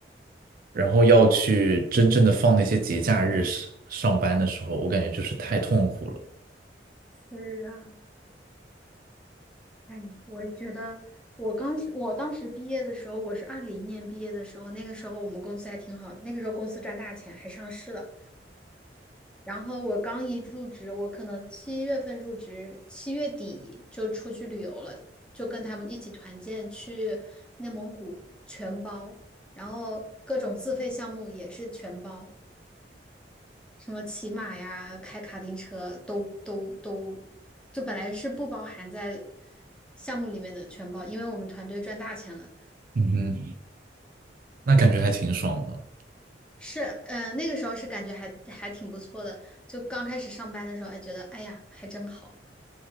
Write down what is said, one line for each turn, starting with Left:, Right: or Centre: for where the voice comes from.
Right: 然后要去真正的放那些节假日上上班的时候，我感觉就是太痛苦了。
Centre: 是啊，哎，我觉得我刚我当时毕业的时候，我是二零年毕业的时候，那个时候我们公司还挺好的，那个时候公司赚大钱，还上市了。然后我刚一入职，我可能七月份入职，七月底就出去旅游了，就跟他们一起团建去内蒙古，全包，然后各种自费项目也是全包，什么骑马呀、开卡丁车都都都，就本来是不包含在项目里面的全包，因为我们团队赚大钱了。
Right: 嗯哼，那感觉还挺爽的，
Centre: 是，嗯、那个时候是感觉还还挺不错的。就刚开始上班的时候，还觉得哎呀，还真好，